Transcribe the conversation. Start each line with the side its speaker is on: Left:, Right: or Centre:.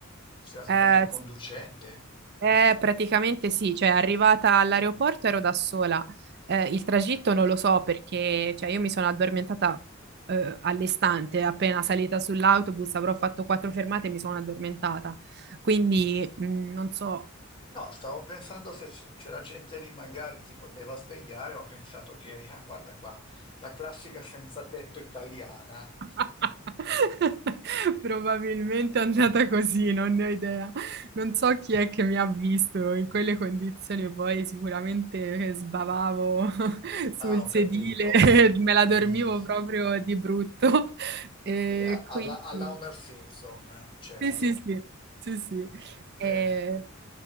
Left: C'era soltanto
Right: Eh,
Left: il conducente?
Right: Eh, praticamente sì, cioè arrivata all'aeroporto ero da sola. Eh, il tragitto non lo so perché cioè, io mi sono addormentata eh, all'istante, appena salita sull'autobus avrò fatto quattro fermate e mi sono addormentata. Quindi mh, non so
Left: No, stavo pensando se, c- se la gente lì magari ti poteva svegliare, ho pensato che eri, ah, guarda qua, la classica senza tetto italiana.
Right: <laughs>
Left: <laughs>
Right: Probabilmente è andata così, non ne ho idea. Non so chi è che mi ha visto in quelle condizioni, poi sicuramente sbavavo <laughs> sul
Left: Ah, ho
Right: sedile,
Left: capito.
Right: <laughs> me la
Left: Mm,
Right: dormivo proprio di brutto. E
Left: sì, a- alla,
Right: quindi
Left: alla Homer Simpson, eh, certo.
Right: sì, sì, sì, sì, sì. Eh,
Left: Bene,